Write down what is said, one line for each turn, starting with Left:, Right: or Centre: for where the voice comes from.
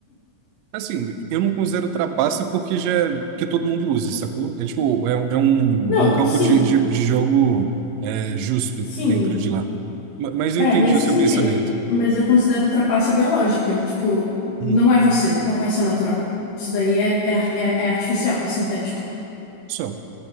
Right: Assim, eu não considero trapaça porque já é- que todo mundo usa, sacou? É tipo, é, é um,
Left: Não,
Right: é um campo
Left: sim,
Right: de, de, de jogo é, justo
Left: sim,
Right: dentro de lá. Ma- Mas
Left: é
Right: eu entendi
Left: nesse
Right: o seu
Left: sentido.
Right: pensamento.
Left: Mas eu considero trapaça biológica. Tipo,
Right: Hum,
Left: não é você, não é seu natural. Isso daí é, é, ar- é é artificial, é sintético.
Right: só.